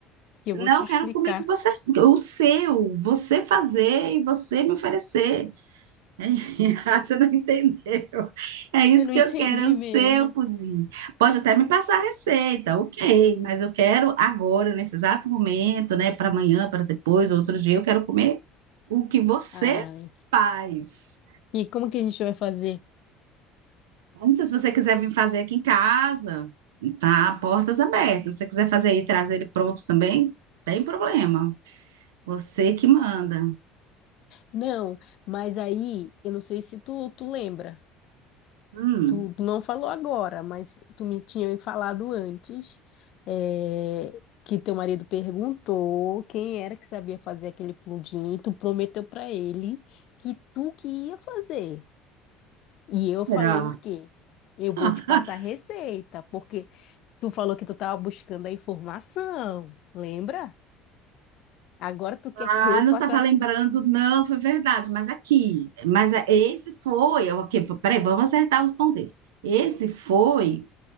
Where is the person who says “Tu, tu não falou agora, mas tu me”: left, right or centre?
Left